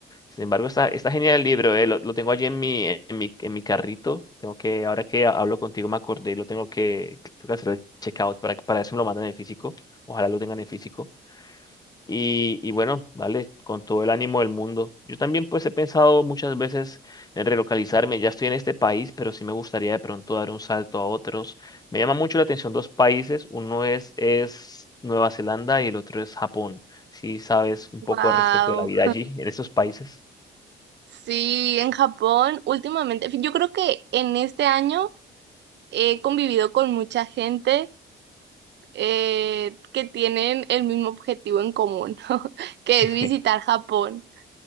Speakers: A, on the left; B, on the right.
A: Sin embargo, está, está genial el libro, eh, Lo, lo tengo allí en mi, en mi, en mi carrito. Tengo que, ahora que hablo contigo me acordé, lo tengo que, tengo que hacer el checkout para, para ver si me lo mandan en físico. Ojalá lo tengan en físico. Y, y bueno, vale, con todo el ánimo del mundo. Yo también pues he pensado muchas veces en relocalizarme. Ya estoy en este país, pero sí me gustaría de pronto dar un salto a otros. Me llama mucho la atención dos países. Uno es, es Nueva Zelanda y el otro es Japón. Si sabes un
B: Wow.
A: poco al respecto de la vida allí, en estos países.
B: Sí, en Japón últimamente, yo creo que en este año he convivido con mucha gente eh, que tienen el mismo objetivo en común, <laughs> que
A: <laughs>
B: es visitar Japón.